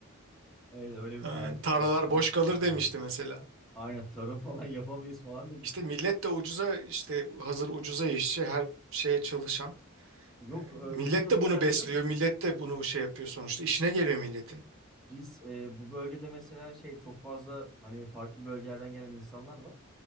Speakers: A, in the centre; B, on the right (about 65°).
A: evet, öyle bir
B: yani.
A: talihsiz
B: <laughs> Tarlalar
A: açıklama
B: boş
A: yapıyorum
B: kalır demişti
A: yani.
B: mesela.
A: Aynen tarım falan yapamayız falan demişti.
B: İşte millet de ucuza işte hazır ucuza işçi her şeye çalışan.
A: Yok
B: E,
A: e,
B: millet
A: ucuza
B: de
A: değiller
B: bunu besliyor.
A: biliyor musun?
B: Millet de bunu şey yapıyor sonuçta. İşine geliyor milletin.
A: Biz e, bu bölgede mesela şey çok fazla hani farklı bölgelerden gelen insanlar var.